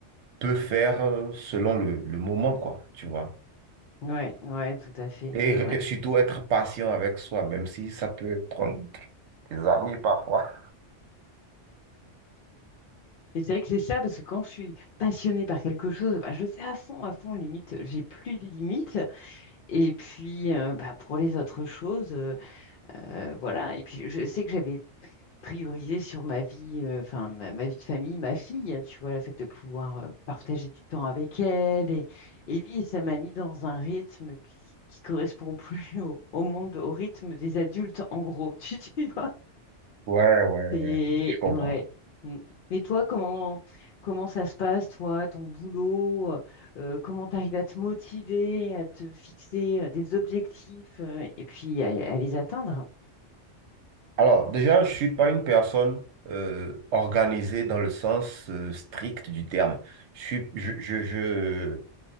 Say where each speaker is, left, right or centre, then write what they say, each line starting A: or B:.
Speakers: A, on the right; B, on the left.
A: peut faire euh, selon le, le moment, quoi, tu vois.
B: Ouais, ouais, tout à fait.
A: Et,
B: Ouais.
A: et surtout être patient avec soi, même si ça peut prendre des années parfois.
B: Et c'est vrai que c'est ça, parce que quand je suis passionnée par quelque chose, bah, je fais à fond, à fond, limite, j'ai plus de limites. Et puis, euh, bah, pour les autres choses, euh, euh, voilà. Et puis, je sais que j'avais priorisé sur ma vie, euh, enfin, ma, ma vie de famille, ma fille, hein, tu vois, le fait de pouvoir euh, partager du temps avec elle. Et, et puis, ça m'a mis dans un rythme qui, qui correspond <laughs> plus au, au monde, au rythme des adultes, en gros, <laughs> tu, tu vois.
A: Ouais, ouais,
B: C'est
A: ouais, je comprends.
B: ouais. Mm. Mais toi, comment comment ça se passe, toi, ton boulot, euh, euh, comment t'arrives à te motiver, à te fixer euh, des objectifs euh, et puis à, à les atteindre?
A: Alors, déjà, je suis pas une personne euh, organisée dans le sens euh, strict du terme. Je suis, je, je, je,